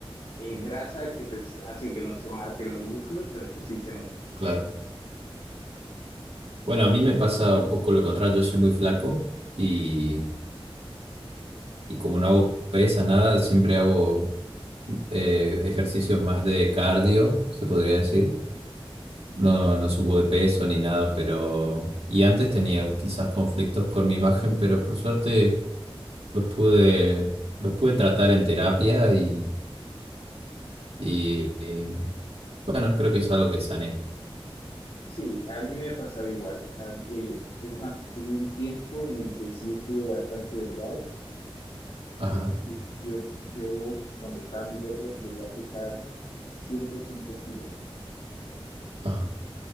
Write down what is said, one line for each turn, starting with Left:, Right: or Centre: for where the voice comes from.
Left: eh, grasa que pues hace que no se marquen los músculos, pero pues sí se nota.
Right: claro. Bueno, a mí me pasa un poco lo contrario, yo soy muy flaco y, y como no hago pesas, nada, siempre hago eh, ejercicios más de cardio, se podría decir. No, no subo de peso ni nada, pero... Y antes tenía quizás conflictos con mi imagen, pero por suerte los pude, los pude tratar en terapia y Y eh, bueno, creo que es algo que sané.
Left: Sí, a mí me pasaba igual. A- eh, es más, tuve un tiempo en el que sí estuve bastante delgado.
Right: Ajá,
Left: Eh, yo, yo, yo, cuando estaba muy roto llegué a pesar 105 kilos
Right: ajá,